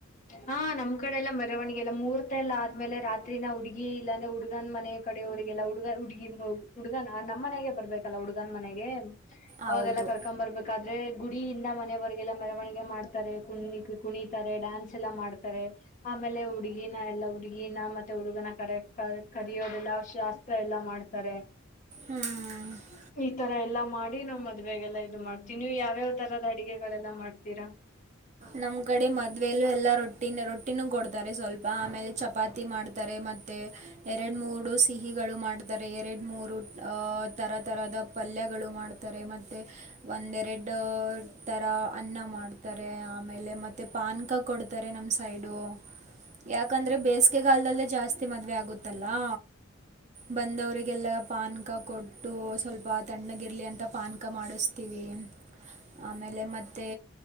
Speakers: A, on the left; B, on the right.
A: ಹಾ ನಮ್ ಕಡೆ ಎಲ್ಲ ಮೆರವಣಿಗೆ ಎಲ್ಲ ಮೂರ್ತ ಎಲ್ಲ ಆದ್ಮೇಲೆ ರಾತ್ರಿ ಹುಡ್ಗಿ ಇಲ್ಲಾಂದೆ ಹುಡ್ಗನ್ ಮನೆ ನಮ್ಮ ಕಡೆ ಅವರಿಗೆಲ್ಲ ಹುಡುಗ ಹುಡುಗಿ ನೋವು ಹುಡ್ಗನ್ ನಮ್ಮ ಮನೆಗೆ ಬರ್ಬೇಕಲ್ಲ ಹುಡ್ಗನ ಮನೆಗೆ
B: ಹೌದು
A: ಅವಾಗೆಲ್ಲಾ ಕರ್ಕೊ. ಬರ್ಬೇಕ ಬದ್ರೆ ಗುಡಿಯಿಂದ ಮನೆೆಯವರ್ಗೆಲ್ಲ ಮೆರವಣಿಗೆ ಮಾಡ್ತಾರೆ ಗುಣಿ ಕುಣಿ ಅಂದ್ರೆ ಡಾನ್ಸ ಎಲ್ಲ ಮಾಡ್ತಾರೆ ಆಮೇಲೆ ಹುಡುಗಿನ ಎಲ್ಲಾ ಹುಡುಗೀನ ಮತ್ತೆ ಹುಡುಗನ ಕರೆ ಕರಿಯೋದೆಲ್ಲ ಶಾಸ್ ಇತರ ಎಲ್ಲ ಮಾಡ್ತಾರೆ
B: ಹ್ಞೂ
A: <inaudible> ಈ ತರ ಎಲ್ಲಾ ಮಾಡಿ ನಮ್ಮ ಮದ್ವೆಗಲ್ಲ ಇದು ಮಾಡ್ತೀವಿ ನೀವು ಯಾವ್ಯಾವ ತರದ ಅಡಿಗೆಗಳೆಲ್ಲ ಮಾಡ್ತೀರಾ
B: ನಮ್ ಕಡೆ ಮದ್ವೆೇಲು ಎಲ್ಲಾ ರೊಟ್ಟಿನ ರೊಟ್ಟಿನೂ ಕೊಡ್ತಾರೆ ಸ್ವಲ್ಪ. ಆಮೇಲೆ ಚಪಾತಿ ಮಾಡ್ ತಾರೆ ಮತ್ತೆ ಎರಡು ಮೂಡು ಸಿಹಿಗಳು ಮಾಡ್ತಾರೆ. ಎರಡು ಮೂರು ಅ ತರತರದ ಪಲ್ಯಗಳು ಮಾಡ್ತಾರೆ. ಮತ್ತು, ಒಂದೆರಡ ತರ ಅನ್ನ ಮಾಡ್ತಾರೆ. ಆಮೇಲೆ ಮತ್ತೆ ಪಾನ್ಕ್ ಕೊಡ್ತಾರೆ ನಮ್ಮ ಸೈಡು. ಯಾಕಂದ್ರೆ ಬೇಸಿಗೆಗಾಲ್ದಲ್ಲೇ ಜಾಸ್ತಿ ಮದ್ವೆ ಆಗುತ್ತಲ್ಲಾ. ಬಂದವ್ರರಿಗೆಲ್ಲಾ ಪಾನ್ಕ ಕೊಟ್ಟು. ಸ್ವಲ್ಪ ತಣ್ಣಗ ಇರ್ಲಿ ಅಂತ, ಪಾನ್ಕ ಮಾಡಿಸ್ತೀವಿ. ಆಮೇಲೆ ಮತ್ತೆ